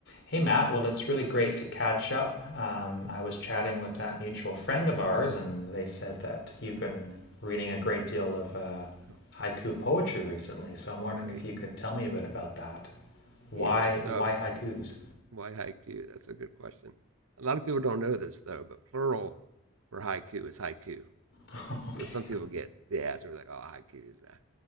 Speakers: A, on the left; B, on the right.
A: Hey, Matt. Well, it's really great to catch up. Um, I was chatting with that mutual friend of ours, and they said that you've been reading a great deal of uh,
B: Oh,
A: haiku poetry recently. So I'm wondering
B: great.
A: if you could tell me a bit about that. Why,
B: Yeah, so
A: why haikus?
B: why haiku? That's a good question. A lot of people don't know this though, but plural for haiku is haiku.
A: <laughs> Okay.
B: So some people get the ask me like, "Oh, haikus." Nah.